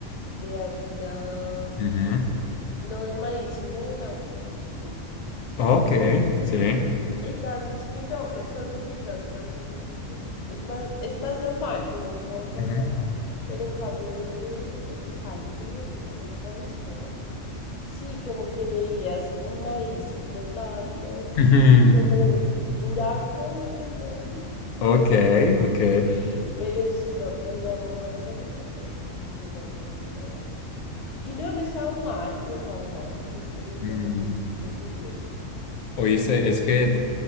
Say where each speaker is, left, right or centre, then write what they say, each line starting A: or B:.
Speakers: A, on the left; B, on the left.
A: de harina, mm,
B: Ujú.
A: no de maíz, sino de la otra. <laughs> Se
B: Ok,
A: me olvidó.
B: sí.
A: El caso es que no, eh, son muy ricas las sopaipillas. Es más, es más normal, como un sabor más
B: Ujú.
A: normal. Pero en cambio, este de- del caldo con huesillo fue rarísimo, porque sí, como que veías un maíz flotando
B: <laughs>
A: y,
B: Ujú.
A: y como un durazno en el medio.
B: Ok, ok.
A: <laughs> Pero sí, no, me llamó tanto la atención que dije, no, tengo que probar esto. Y no, no estaba mal, no estaba mal, pe- pero me
B: Mm,
A: pareció súper curioso.
B: Oíste, es que